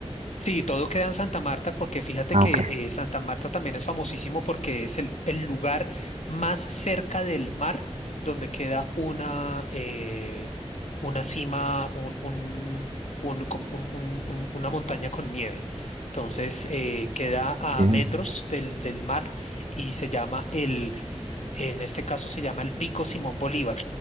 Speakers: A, on the left (about 80°); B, on the right (about 80°).
A: Sí, todo queda en Santa Marta porque fíjate
B: Ah,
A: que
B: ok.
A: eh, Santa Marta también es famosísimo porque es el, el lugar más cerca del mar donde queda una, eh, una cima, un, un- un- com- un- un- un- una montaña con nieve. Entonces eh, queda a
B: Bien.
A: metros del, del mar y se llama en este caso se llama el Pico Simón Bolívar.